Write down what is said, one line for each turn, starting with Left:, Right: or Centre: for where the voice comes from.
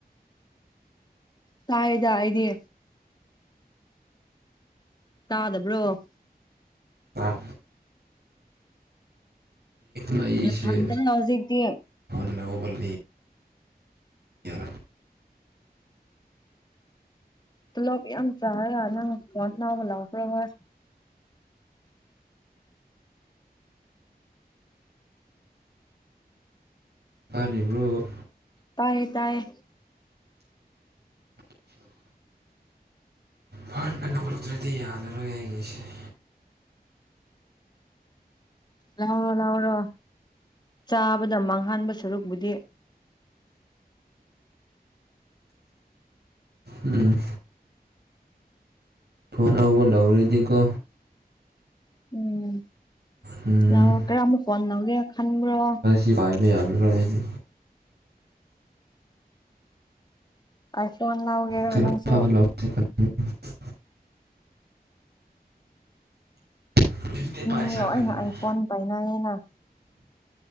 Left: ꯀꯥꯏꯗ ꯏꯗꯤ ꯇꯥꯗꯕ꯭ꯔꯣ
Right: ꯑ ꯅ ꯏꯁ
Left: ꯅꯊꯟꯇꯔ ꯍꯧꯖꯤꯛꯇꯤ
Right: ꯐꯅ ꯎꯕꯜꯗꯤ ꯌꯥꯔꯥ
Left: ꯄꯨꯂꯞ ꯌꯥꯝ ꯆꯥꯔꯒ ꯅꯪ ꯄꯠ ꯅꯥꯎꯕ ꯂꯥꯎꯈ꯭ꯔ ꯍꯣꯏ
Right: ꯀꯅꯤꯕꯨ꯭ꯔꯣ
Left: ꯇꯥꯏꯌꯦ ꯇꯥꯏꯌꯦ
Right: ꯐꯍꯟꯕ ꯅꯝꯔꯛꯇ꯭ꯔꯗꯤ ꯌꯥꯔꯔꯣꯏ ꯑꯩꯉꯁꯦ
Left: ꯂꯥꯎꯔꯣ ꯂꯥꯎꯔꯣ ꯆꯥꯕꯗ ꯃꯥꯡꯍꯟꯕ ꯁꯔꯨꯛꯕꯨꯨꯗꯤ
Right: ꯎꯝ ꯐꯣꯟ ꯑꯕ ꯂꯧꯧꯔꯤꯗꯤꯀꯣ
Left: ꯎꯝ
Right: ꯎꯝ
Left: ꯌꯥ ꯀꯔ ꯑꯃꯝꯕ ꯐꯣꯟ ꯂꯒꯦ ꯈꯅꯤꯡꯕ꯭ꯔꯣ
Right: ꯀ ꯄꯥꯏꯃꯤ ꯌꯥꯅꯔꯅꯤ
Left: ꯑꯥꯏ ꯐꯣꯟ ꯂꯥꯎꯒꯦꯔꯥ
Right: ꯀꯔꯝ
Left: ꯅꯪꯁꯨ
Right: <inaudible> ꯐꯤꯐꯇꯤ
Left: ꯎꯝ
Right: ꯄꯥꯏꯁꯥ
Left: ꯂ
Right: ꯈꯟꯕꯅꯦ
Left: ꯑꯩꯅ ꯑꯥꯏ ꯐꯣꯟ ꯄꯥꯏꯅ ꯑꯩꯅ